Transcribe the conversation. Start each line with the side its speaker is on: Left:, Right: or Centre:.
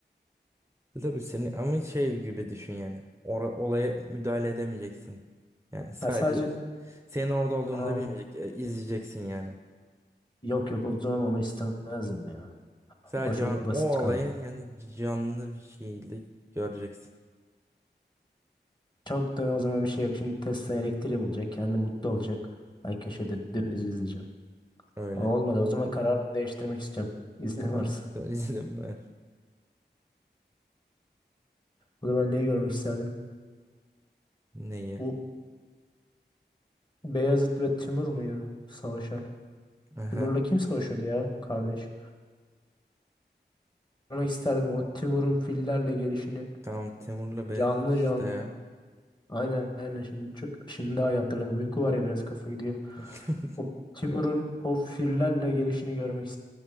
Right: E, Tabii senin ama şey gibi düşün yani. Ora- olaya müdahale edemeyeceksin. Yani sadece
Left: Ya sadece
Right: de- senin orada olduğunu
Left: Ha,
Right: da bilmeyecek. e, izleyeceksin yani.
Left: yok yok o zaman onu istemezdim ya.
Right: Sadece
Left: O çok
Right: an-
Left: basit
Right: o
Left: kaldı.
Right: olayın yani canlı bir şekilde göreceksin.
Left: Çok da o zaman bir şey yok. Şimdi Tesla elektriği bulacak. Kendi mutlu
Right: Hı
Left: olacak.
Right: hı.
Left: Ben köşede dümdüz izleyeceğim.
Right: Öyle.
Left: O olmadı. O zaman kararımı değiştirmek istiyorum. <laughs> İznin
Right: Tamam.
Left: varsa.
Right: <laughs> İzin ver.
Left: O zaman neyi görmek isterdim?
Right: Neyi?
Left: Bu Beyazıt ve Timur muydu savaşan?
Right: Aha.
Left: Timur'la kim savaşıyordu ya kardeş? Görmek isterdim o Timur'un fillerle gelişini
Right: Tamam Temur'la Beyazıt
Left: canlı
Right: işte
Left: canlı.
Right: ya.
Left: Aynen aynen şimdi çok, şimdi daha iyi hatırladım. Uyku var ya biraz kafa gidiyor.
Right: <laughs>
Left: O Timur'un o fillerle gelişini görmek